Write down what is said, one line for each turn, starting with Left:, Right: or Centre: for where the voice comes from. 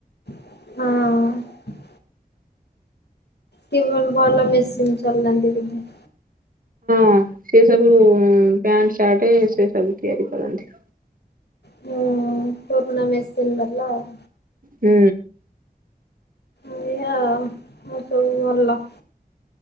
Left: ହଁ। କି ଭଲ ମେସିନ୍ ଚଲାନ୍ତି ବୋଧେ?
Right: ହଁ ସେ ସବୁ ପ୍ୟାଣ୍ଟ ସାର୍ଟ ସେସବୁ ତିଆରି କରନ୍ତି।
Left: ହୁଁ ପୁରୁଣା ମେସିନ୍ ୱାଲା ଆଉ
Right: ହୁଁ।
Left: ଏଇୟା ଆଉ ଆାଉ ସବୁ ଭଲ?